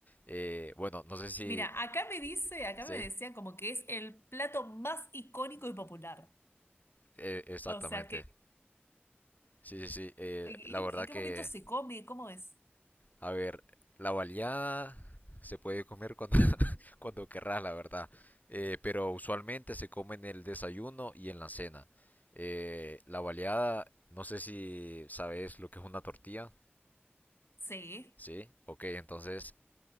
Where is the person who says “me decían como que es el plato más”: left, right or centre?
Left